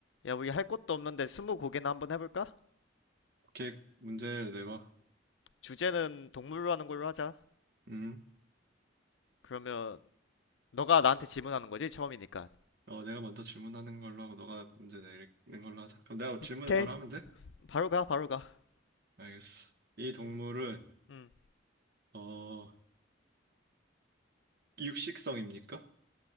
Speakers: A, on the left; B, on the right.
A: 야, 우리 할 것도 없는데 스무 고개나 한번 해볼까?
B: 이렇게 문제 내봐.
A: 주제는 동물로 하는 걸로 하자.
B: 음.
A: 그러면 너가 나한테 질문하는 거지? 처음이니까.
B: 어, 내가 먼저 질문하는 걸로 하고 너가 문제 내는 걸로 하자. 그럼 내가 질문을
A: 오케이.
B: 바로 하면 돼?
A: 바로 가, 바로 가.
B: 알겠어. 이 동물은
A: 음.
B: 어, 육식성입니까?